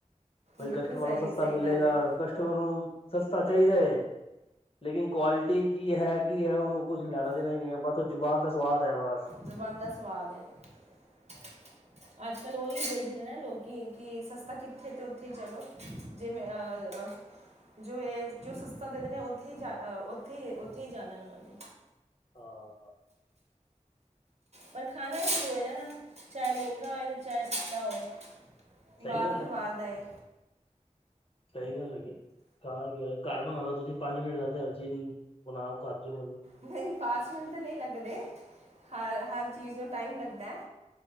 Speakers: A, on the left; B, on the right.
A: ਕੋਈ
B: ਬਿਲਕੁਲ
A: ਕਸਟਮਰ
B: ਸਹੀ
A: ਨੂੰ ਸਸਤਾ
B: ਸਹੀ
A: ਮਿਲੇਗਾ।
B: ਗੱਲ ਹੈ
A: ਕਸਟਮਰ ਨੂੰ ਸਸਤਾ ਚਾਈਦਾ ਏ, ਲੇਕਿਨ ਕੁਆਲਟੀ ਕੀ ਹੈ, ਕੀ ਹੈ ਔਨੂੰ ਕੁੱਛ ਲੈਣਾ ਦੇਣਾ ਈ ਨੀ ਐ ਬਟ ਔ ਜੁਬਾਨ ਦਾ ਸਵਾਦ ਹੈ ਬਸ
B: ਜੁਬਾਨ ਦਾ ਸਵਾਦ ਐ <unintelligible> ਅਜ -ਕੱਲ ਔਈ ਦੇਖਦੇ ਨੇ ਨਾ ਲੋਕੀ ਕਿ ਸਸਤਾ ਕਿੱਥੇ ਤੇ ਉਥੇ ਚੱਲੋ। ਜੇ ਮੇਰਾ ਆ ਗਯਾ ਅ ਜੋ ਏ ਜੋ ਸਸਤਾ ਦੇਦੇ ਨਾ ਔਥੇ ਈ ਜਾ ਅ ਔਥੇ ਈ ਔਥੇ ਈ ਜਾਨਾ ਔਨਾਂ ਨੇ
A: ਹਾਂ।
B: ਪਰ ਖਾਣਾ ਈ ਫੇਰੈ ਚਾਏ ਮੈੰਗਾ ਹੋਏ ਤੇ ਚਾਹੇ ਸਸਤਾ ਹੋਵੇ।
A: ਸਹੀ
B: ਬਾਰ
A: ਗੱਲ
B: ਦਾ ਤੇ ਬਾਰ ਦਾ ਈ
A: ਸਈ ਗੱਲ ਹੈਗੀ। ਖਾਣਾ ਕੀ ਐ ਘਰ ਬਣਾ ਲੋ ਤੁਸੀਂ ਪੰਜ ਮਿੰਟ ਲੱਗਦੇ ਚੀਜ਼ ਬਨਾਨ- ਖੁਵਾਨ ਚ ਮੈਨੂੰ
B: ਨਹੀਂ ਪਾਂਚ ਮਿੰਟ ਤੇ ਨੀ ਲੱਗਦੇ ਖਾਨ, ਹਰ ਚੀਜ਼ ਨੂੰ ਟਾਈਮ ਲੱਗਦੈ।